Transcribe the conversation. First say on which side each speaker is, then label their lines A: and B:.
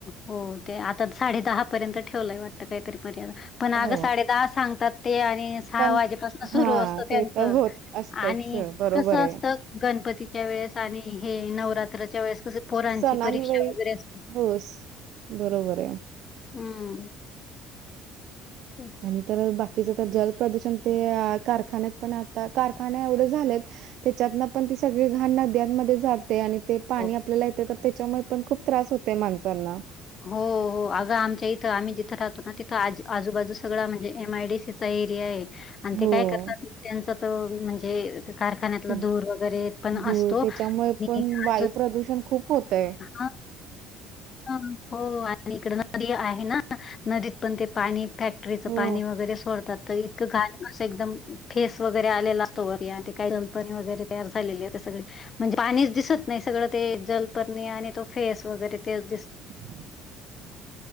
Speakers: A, on the left; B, on the right.
A: हो, ते आता साडेदहा पर्यंत ठेवलंय वाटत काहीतरी मर्यादा. पण आग
B: हो.
A: साडे दहा सांगतात ते आणि सहा
B: पण
A: वाजेपासन
B: हा
A: सुरू असत त्यांचं,
B: ते तर होत असतच
A: आणि
B: बरोबर
A: कस
B: आहे.
A: असत? गणपतीच्या वेळेस आणि हे नवरात्रच्या वेळेस कस पोरांची
B: सणांवेळी
A: परीक्षा वगैरे अस
B: होस. बरोबरये.
A: हम्म. ठीक.
B: आणि तर बाकीचं तर जलप्रदूषण ते कारखान्यात पण आता कारखाने एवढे झालेत. त्याच्यातन पण ती सगळी घाण नद्यांमध्ये जात -- ते आणि ते पाणी
A: हो
B: आपल्याला येते तर, त्याच्यामुळे पण खूप त्रास होतयं माणसांना.
A: हो. हो. अगं आमच्या इथं आम्ही जिथं राहतो ना तिथं आज -आजूबाजूचा सगळा म्हणजे एम आय डी सीचा एरियाये. आणि ते
B: हो
A: काय करतात. त्यांच तो म्हणजे कारखान्यातला
B: ते
A: धूर वगैरे पण
B: धूळ
A: असतो
B: त्याच्यामुळे
A: आणि
B: पण वायू
A: अजून
B: प्रदूषण खूप होतय.
A: हा. हा. हो आणि इकड नदी आहे ना. नदीत पण ते पाणी -- फॅक्टरीचं
B: हो
A: पाणी वगैरे सोडतात. तर इतकं घाल असं एकदम फेस वगैरे आलेला असतोवरी आणि ते काय जलपर्णी वगैरे तयार झालेले आहे ते सगळी. म्हणजे पाणीच दिसत नाही. सगळं ते जलपर्णी आणि तो फेस वगैरे तेच दिसत.
B: <unintelligible>